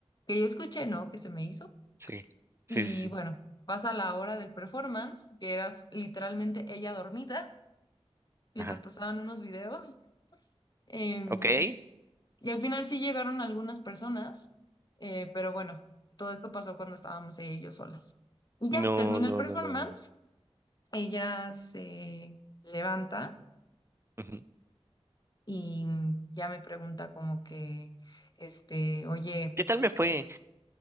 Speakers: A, on the left; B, on the right.
A: que yo escuché, ¿no? Que se me hizo.
B: Sí,
A: Y
B: sí, sí, sí.
A: bueno, pasa la hora del performance, que era s- literalmente ella dormida, mientras
B: Ajá.
A: pasaban unos videos. em,
B: Ok.
A: y al final sí llegaron algunas personas, eh, pero bueno, todo esto pasó cuando estábamos ella y yo solas. Y ya
B: No,
A: termina
B: no,
A: el performance,
B: no, no, no.
A: ella se levanta
B: Ujú.
A: y mm, ya me pregunta como que, este, oye.
B: ¿Qué tal me fue?